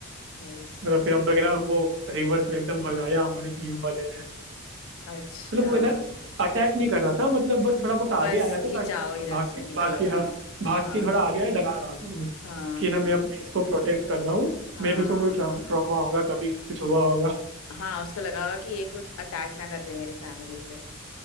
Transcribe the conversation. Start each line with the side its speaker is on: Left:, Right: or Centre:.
Left: सही सही
Right: मतलब
Left: सही
Right: फिर हम लोग ना वो रिवर्स में एकदम भगाया हमारे जीप वाले ने
Left: अच्छा
Right: मतलब
Left: हाँ,
Right: वो ना अटैक नहीं कर रहा था मतलब बस थोड़ा बहुत आगे
Left: बस
Right: आया था
Left: कि
Right: ताकि
Left: जाओ
Right: मतलब
Left: इधर
Right: भाग
Left: से
Right: के
Left: निकलो
Right: भाग के हाँ
Left: हाँ
Right: भाग
Left: हाँ
Right: के थोड़ा आगे आया डरा रहा था वो
Left: हाँ
Right: कि ना
Left: हाँ
Right: मैं अपने इसको प्रोटेक्ट कर रहा हूँ
Left: हाँ
Right: मे भी उसको कोई ट्रॉमा होगा कभी कुछ हुआ होगा
Left: हाँ उसको लगा होगा कि ये कुछ अटैक ना कर दे मेरे फैमिली पे